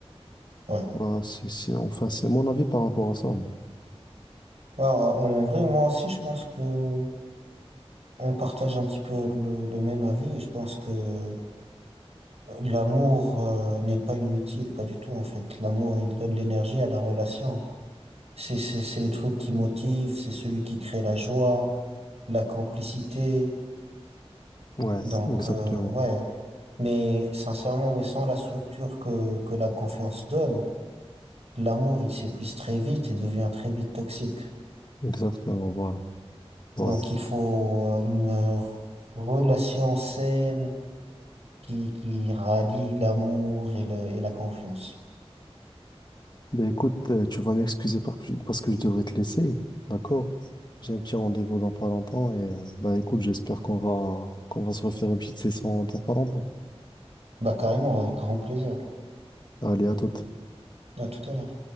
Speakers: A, on the right (about 80°); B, on the left (about 45°).
A: Ouais.
B: Voilà, c'est, c'est, enfin, c'est mon avis par rapport à ça.
A: Bah, en vrai, moi aussi, je pense que on partage un petit peu le, le même avis. et Je pense que euh, l'amour, euh, n'est pas inutile, pas du tout, en fait. L'amour, il donne l'énergie à la relation. C'est, c'est, c'est le truc qui motive, c'est celui qui crée la joie, la complicité.
B: Ouais,
A: Donc,
B: exactement.
A: euh, ouais. Mais sincèrement, mais sans la structure que, que la confiance donne, l'amour, il s'épuise très vite et devient très vite toxique.
B: Exactement, voilà. Voilà.
A: Donc, il faut euh, une relation saine qui, qui rallie l'amour et, le, et la confiance.
B: Mais écoute, euh, tu vas m'excuser par- parce que je devrais te laisser, d'accord? J'ai un petit rendez-vous dans pas longtemps et euh, bah écoute, j'espère qu'on va qu'on va se refaire une petite session dans pas longtemps.
A: Bah, carrément, avec grand plaisir.
B: Allez, à toute.
A: À tout à l'heure.